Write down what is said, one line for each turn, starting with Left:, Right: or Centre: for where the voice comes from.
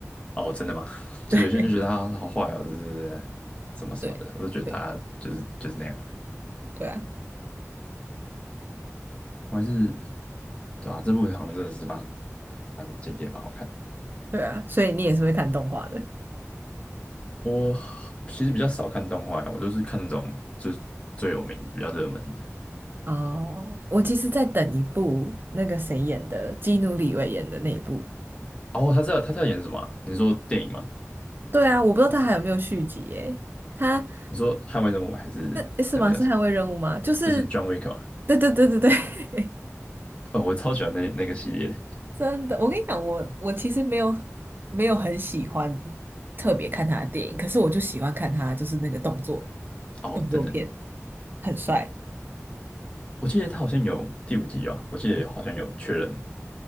Left: 哦，真的吗？<laughs>
Right: <laughs>
Left: 就有些人就觉得他好坏哦，就是什么什么的，
Right: 对对
Left: 我就觉得他就是就是那样。
Right: 对啊，
Left: 我还是对啊，这部好像真的是蛮蛮经典，蛮好看。
Right: 对啊，所以你也是会看动画的
Left: 我其实比较少看动画欸，我就是看那种就是最有名、比较热门的。
Right: 哦。我其实在等一部那个谁演的，基努里维演的那一部。
Left: 哦，他知道他在演什么啊你说电影吗？
Right: 对啊，我不知道他还有没有续集诶。
Left: 还是
Right: 他
Left: 你说《捍卫任务》还是那部叫什么？
Right: 这是吗？是捍卫任务吗？就是，
Left: 就是 John Wick 嘛。
Right: 对对对对对，<laughs>
Left: 哦，我超喜欢那那个系列的。
Right: 真的，我跟你讲，我我其实没有没有很喜欢特别看他的电影，可是我就喜欢看他就是那个动作
Left: 哦，
Right: 动作片，
Left: 真的，
Right: 很帅，
Left: 我记得他好像有第五集啊，我记得好像有确认。